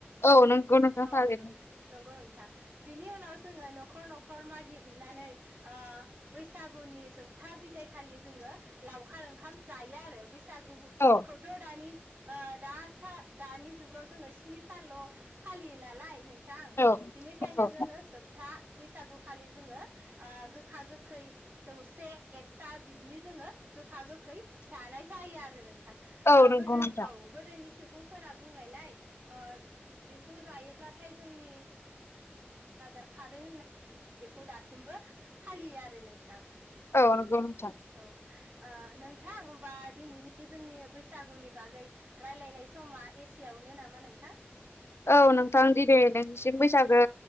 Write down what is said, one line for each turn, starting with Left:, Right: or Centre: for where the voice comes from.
Left: औ नंगौ नोंथां
Right: औ
Left: थारैनो
Right: नं नंगौ नों थां बिनि उनाव जोङो न'खर न'खर मागिहैनानै ओ बैसागुनि जोब था बिदाय खालि जोङो लावखार ओंखाम जायो आरो बै सागु खौ
Left: औ
Right: खौथ' दानि ओ दा सा ओ दानि जुगाव जोंओ स्नि सानल' फालियो नालाय नोंथां
Left: औ
Right: बेनिखायनो
Left: औ
Right: जोङो सोबथा बैसागु खालि जोङो ओ गोखा गोखै जौसे एकथा बिदिनि जोङो गोखा गोखै खै जानाय जायो आरो नों थां
Left: औ
Right: ओ
Left: नंगौ
Right: गोदो
Left: नोंथां
Right: औ गोदोनि सुबुंफोरा बुंनायलाय ओ बेखौ जायोब्लाथाय जोंनि आजार खारो होननानै बेखौ दासिमबो फालियो आरो नोंथां
Left: औ नंगौ नोंथां
Right: औ ओ नों थां होमबा दिनैनि बे जोंनि बैसागुनि बागै रायलायनाय समा एसेआवनो नामा नों थां
Left: औ नोंथां दिनै नोंनिसिम बैसागो